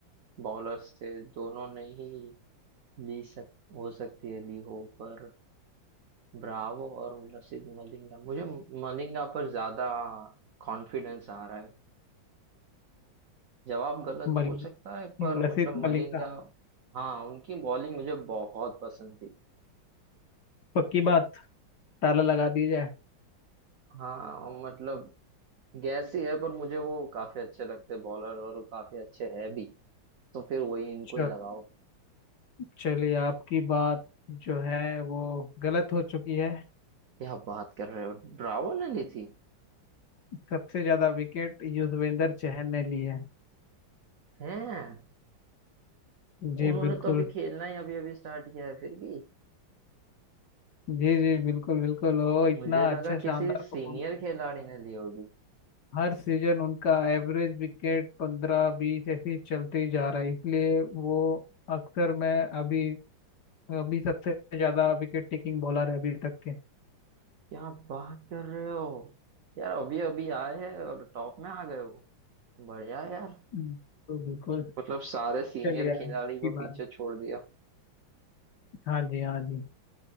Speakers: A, on the right; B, on the left.
A: बॉलर्स थे दोनों ने ही ली सक हो सकती है ली हो पर ब्रावो और लसित मलिंगा मुझे मलिंगा पर ज्यादा कॉन्फिडेंस आ रहा है जवाब गलत
B: मलिंग
A: हो सकता है पर
B: लसित
A: मतलब मलिंगा
B: मलिंगा
A: हाँ उनकी बॉलिंग मुझे बहुत पसंद थी
B: पक्की बात ताला लगा दिया जाए
A: हाँ और मतलब गैस ही है पर मुझे वो काफी अच्छे लगते बॉलर और वो काफी अच्छे है भी तो फिर वही इनको
B: चल
A: ही लगाओ
B: चलिए आपकी बात जो है वो गलत हो चुकी है
A: क्या बात कर रहे हो ब्रावो ने ली थी
B: सबसे ज्यादा विकेट युजवेंद्र चहल ने लिए हैं।
A: हैं
B: जी
A: उन्होंने
B: बिल्कुल
A: तो अभी खेलना ही अभी अभी स्टार्ट किया है फिर भी
B: जी जी बिल्कुल बिल्कुल ओ
A: मुझे
B: इतना
A: लगा
B: अच्छा
A: किसी
B: शानदार
A: सीनियर
B: परफॉर्मेंस
A: खिलाड़ी ने ली होगी
B: हर सीजन उनका एवरेज विकेट पंद्रह बीस ऐसे ही चलते ही जा रहा है इसलिए वो अक्सर मैं अभी अभी सबसे ज्यादा विकेट टेकिंग बॉलर है अभी तक के
A: क्या बात कर रहे हो यार अभी अभी आए हैं और टॉप में आ गए हो बढ़िया है यार
B: हम्म, तो बिल्कुल
A: मतलब सारे सीनियर
B: चलिए अब
A: खिलाड़ी को
B: की बारी
A: पीछे छोड़ दिया
B: हाँ जी हाँ जी